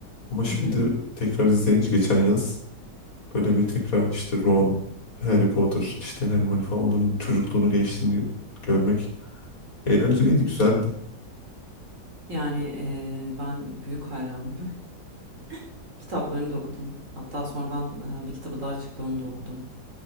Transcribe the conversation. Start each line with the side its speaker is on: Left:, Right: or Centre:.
Left: Ama şimdi
Right: Hı hı.
Left: tekrar izleyince geçen yaz Böyle bir tekrar işte Ron, Harry Potter, işte Hermione falan onların çocukluğunu, gençliğini görmek eğlenceliydi, güzeldi.
Right: Yani ee, ben büyük hayranım. <laughs> Kitaplarını da okudum. Hatta sonradan ee, bir kitabı daha çıktı onu da okudum.